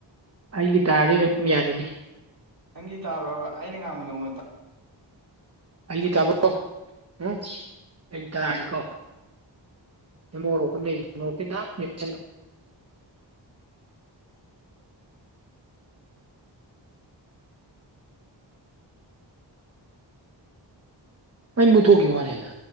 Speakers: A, on the right; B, on the right.
A: ꯑꯩꯒꯤ ꯇꯥꯔꯗꯤ ꯑꯗꯨꯝ ꯌꯥꯔꯤꯅꯦ꯫
B: ꯅꯪꯒꯤ ꯇꯥꯕ꯭ꯔꯥꯕ ꯑꯩꯅ ꯉꯥꯡꯕ ꯅꯉ‌ꯣꯟꯗ ꯇꯥ
A: ꯑꯩꯒꯤ ꯇꯥꯃꯣ ꯎꯝ ꯑꯩ ꯇꯔꯥ ꯅꯤꯀꯣ ꯗ ꯃ‌ꯣꯔꯣꯀ ꯀ ꯂꯩꯖꯤ ꯃ‌ꯣꯔ‌ꯣꯀ ꯇꯤ ꯗꯥꯝ ꯃ‌ꯦꯠꯁꯜꯂ‌ꯣ ꯃꯩ ꯃꯨꯠꯊꯣꯛꯈꯤ ꯋꯥꯅꯤꯅ